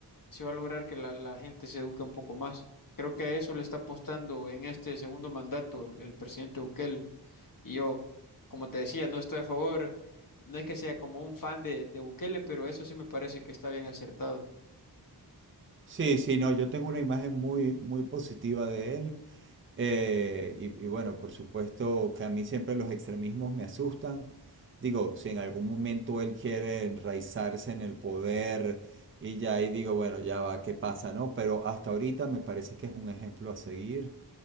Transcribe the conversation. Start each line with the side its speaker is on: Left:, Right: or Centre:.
Left: se va a lograr que la, la gente se eduque un poco más. Creo que a eso le está apostando en este segundo mandato el, el presidente Bukele. Y yo, como te decía, no estoy a favor, no es que sea como un fan de, de Bukele, pero eso sí me parece que está bien acertado.
Right: Sí, sí, no, yo tengo una imagen muy, muy positiva de él. Eh, y, y bueno, por supuesto que a mí siempre los extremismos me asustan. Digo, si en algún momento él quiere enraizarse en el poder y ya ahí digo, bueno, ya va, ¿qué pasa, no? Pero hasta ahorita me parece que es un ejemplo a seguir.